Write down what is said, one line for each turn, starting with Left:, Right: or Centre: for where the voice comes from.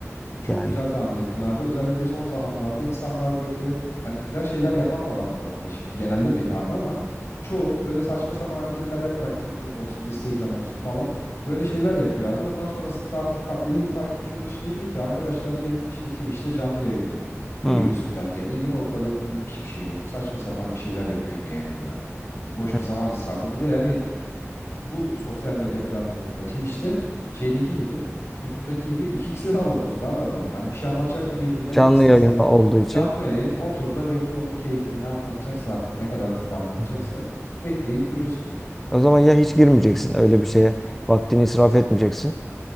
Left: Çok
Centre: Yani.
Left: güzel tahmin ettin abi. Özellikle son zamanlarda insanlar böyle hani güzel şeyler yapan da var bu arada. Şimdi genellemeyeyim abi ama çoğu böyle saçma sapan hareketler yaparak TikTok olsun, Instagram olsun falan böyle şeyler yapıyor abi. Ondan sonrasında artık ta- belli bir takipçiye ulaşınca diyor ki arkadaşlar gelin işte Twitch'te canlı yayındayım. Bir
Centre: Hmm,
Left: giriyorsun canlı yayına yine ortada ne- hiçbir şey yok. Saçma sapan bir şeyler yapıyor yine yayında. Boş
Centre: evet.
Left: bir zaman israfı. Bir de yani bu sosyal medya platformunda Twitch'te şeydeki gibi YouTube'daki gibi iki xe de alamıyorsun abi adamı. Hani bir şey anlatacak mı diye dinlemek
Centre: Canlı
Left: istesen
Centre: yayında olduğu için.
Left: canlı yayın otur da bekle onun keyfini ne anlatacaksa artık ne kadar hızlı anlatacaksa
Centre: Hmm.
Left: bekleyip duruyorsun onu.
Centre: O zaman ya hiç girmeyeceksin öyle bir şeye. Vaktini israf etmeyeceksin.